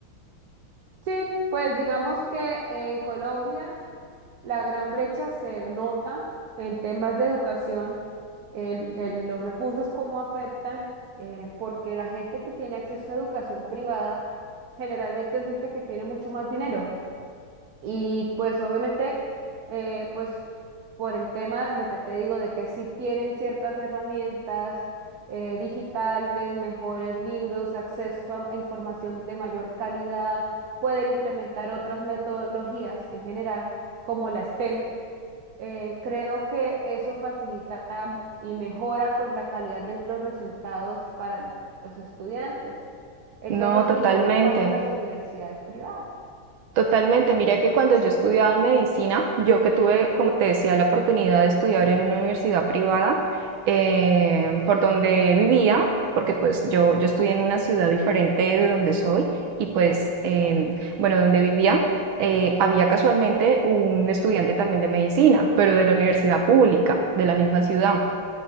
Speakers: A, on the right; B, on the right.
A: Sí, pues digamos que en Colombia la gran brecha se nota en temas de educación, el- el- los recursos cómo afectan, eh, porque la gente que tiene acceso a educación privada generalmente es gente que tiene mucho más dinero. Y pues obviamente, eh, pues por el tema de lo que te digo, de que sí tienen ciertas herramientas eh, digitales, mejores libros, acceso a, a información de mayor calidad, pueden implementar otras metodologías en general, como la STEM. eh, creo que eso facilita y mejora pues la calidad de los resultados para los estudiantes. Entonces,
B: No, totalmente,
A: y lo mismo pasa en las universidades privadas.
B: totalmente. Mira que cuando yo estudiaba medicina, yo que tuve, como te decía, la oportunidad de estudiar en una universidad privada, eh, por donde vivía, porque pues yo, yo estudié en una ciudad diferente de donde soy y pues, em, bueno, donde vivía, eh, había casualmente un estudiante también de medicina, pero de la universidad pública, de la misma ciudad.